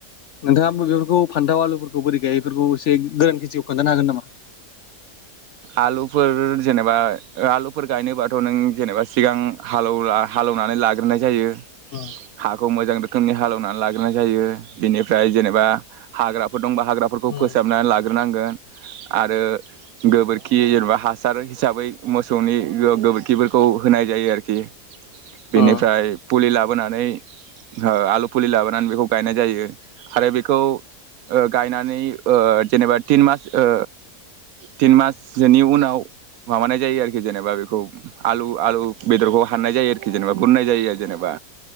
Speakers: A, on the left (about 65°); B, on the right (about 70°).
A: नोंथाङा बेफोरखौ फान्थाव आलुफोरखौ बोरै गायो इफोरखौ एस बे गोरान खेथिखौ खोन्थानो हागोन नामा?
B: आलुफोर जेनेबा आलुफोर गायनोबाथ' नों जेनेबा सिगां हालौला हालौवनानै लाग्रोनाय जायो।
A: औ
B: खौ मोजां रोखोमनि हालौवना लाग्राय जायो बेनिफ्राय जेनेबा हाग्राफोर दं बा हाग्राफोरखौ
A: उम
B: फोसाबनानै लाग ग्रोनांगोन आरो गोबोरखि जेनेबा हासार हिसाबै मोसौनि गोबोरखिफोरखौ होनाय जायो आरोखि। बेनिफ्राय
A: उम
B: फुलि लाबोनानै ओ आलु फुलि लाबोनानै बेखौ गायनाय जायो आरो बेखौ ओ गायनानै ओ जेनेबा तिन मास ओ तिन मास सोनि उनाव माबानाय जायो आरोखि जेनेबा बेखौ आलु आलु बेदरखौ हाननाय जायो आरोखि जेनेबा बुरनाय जायो आरो जेनेबा